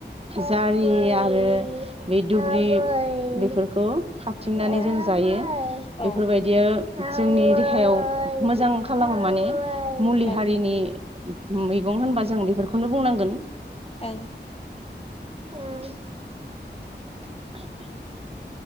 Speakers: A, on the right; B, on the left.
A: जारि आरो बे दुब्लि बेफोरखौ हाबथिंनानै
B: औ
A: जों जायो
B: औ
A: बेफोरबायदिया
B: ओं
A: जोंनि देहायाव मोजां खालामो माने मुलि
B: ओं
A: हारिनि मैगं होनबा जों बेफोरखौनो बुंनांगोन
B: ओं
A: <unintelligible> <unintelligible>